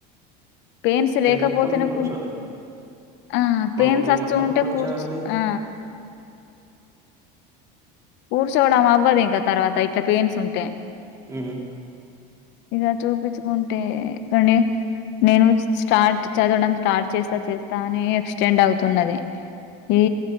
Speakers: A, on the left (about 60°); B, on the right (about 15°).
A: పెయిన్స్
B: డే
A: లేకపోతే
B: మొత్తం
A: నాకు
B: కూర్చోవాలి
A: ఆ
B: అవును
A: పెయిన్స్
B: డే
A: వస్తూ
B: మొత్తం
A: ఉంటే
B: కూర్చోవాలి
A: కూర్చు ఆ కూర్చోవడం అవ్వదు ఇంకా తర్వాత ఇట్లా పెయిన్స్ ఉంటే
B: అ
A: ఇక చూపించుకుంటే కానీ నేను స్టార్ట్ చదవడం స్టార్ట్ చేస్తా చేస్తా అని ఎక్స్టెండ్ అవుతున్నది ఈ